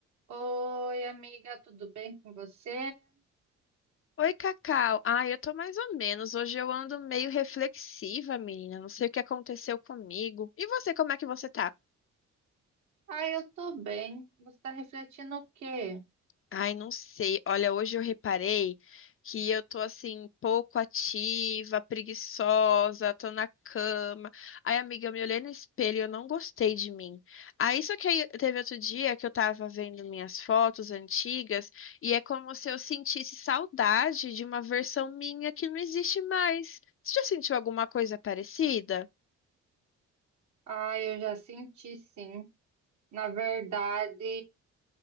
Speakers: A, on the right (about 70°); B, on the left (about 45°).
A: Oi, amiga, tudo bem com você?
B: Oi, Cacau. Ah, eu tô mais ou menos. Hoje eu ando meio reflexiva, menina. Não sei o que aconteceu comigo. E você, como é que você tá?
A: Ah, eu tô bem. Você tá refletindo o quê?
B: Ai, não sei. Olha, hoje eu reparei que eu tô assim, pouco ativa, preguiçosa, tô na cama. Ai, amiga, eu me olhei no espelho e eu não gostei de mim. Aí só que aí teve outro dia que eu tava vendo minhas fotos antigas e é como se eu sentisse saudade de uma versão minha que não existe mais. Você já sentiu alguma coisa parecida?
A: Ah, eu já senti, sim. Na verdade,